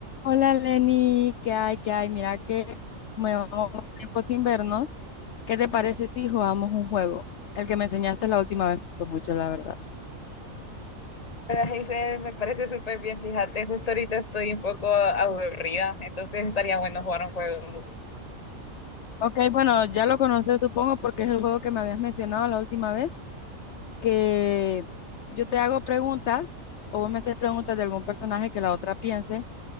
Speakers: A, on the left; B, on the left.
A: Hola Lenny, ¿qué hay? ¿Qué hay? Mira que como llevamos tiempo sin vernos, ¿qué te parece si jugamos un juego? El que me enseñaste la última vez me gustó mucho, la verdad.
B: Hola, Hazel, me parece súper bien. Fíjate, justo ahorita estoy un poco aburrida, entonces estaría bueno jugar un juego.
A: Ok, bueno, ya lo conoces supongo porque es el juego que me habías mencionado la última vez, que yo te hago preguntas o vos me haces preguntas de algún personaje que la otra piense